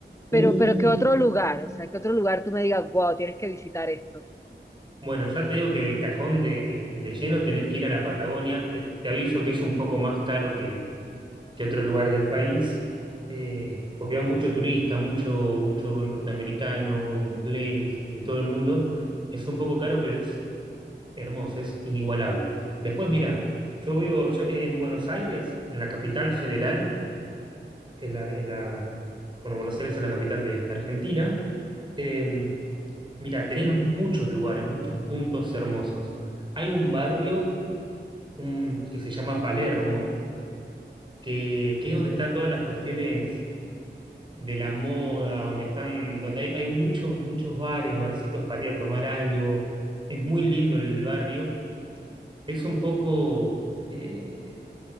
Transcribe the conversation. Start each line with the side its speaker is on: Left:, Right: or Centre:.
Left: pero,
Right: Uh,
Left: pero ¿qué otro lugar? O sea, ¿qué otro lugar tú me digas, wow, tienes que visitar esto?
Right: bueno, ya te digo que de cajón de, eh, de lleno tenés que ir a la Patagonia. Eh, Te aviso que es un poco más caro que, que otros lugares del país, eh, porque va mucho turista, mucho, mucho norteamericano, inglés, de todo el mundo. Es un poco caro, pero es. hermoso, es inigualable. Después, mira, yo vivo yo eh, en Buenos Aires, en la capital federal, que es la, es la- bueno, Buenos Aires es la capital de, de Argentina. Eh, mira, tenés muchos lugares, muchos puntos hermosos. Hay un barrio un- que se llama Palermo, que, que es donde están todas las cuestiones de la moda, donde están, donde hay, hay muchos, muchos bares, barcitos para ir a tomar algo. Es muy lindo el barrio. Es un poco eh,